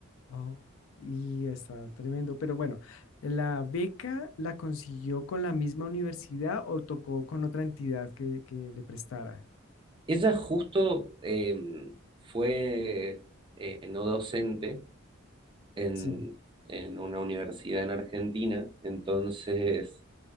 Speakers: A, on the left; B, on the right.
A: oh, y está tremendo, pero bueno, ¿la beca la consiguió con la misma universidad o tocó con otra entidad que, que le prestara?
B: Ella justo eh, fue eh, no docente en,
A: Sí,
B: en una universidad en Argentina, entonces